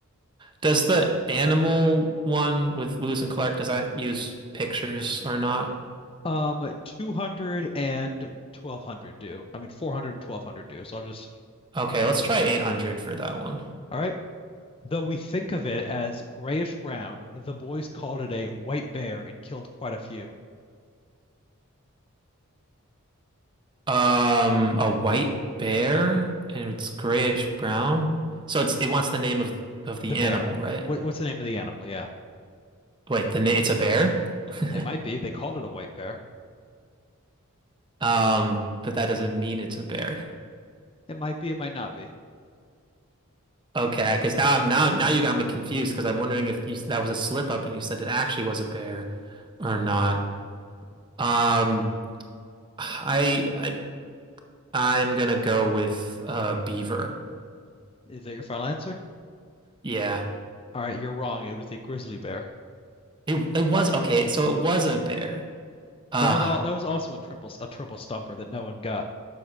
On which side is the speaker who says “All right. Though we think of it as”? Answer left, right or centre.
Left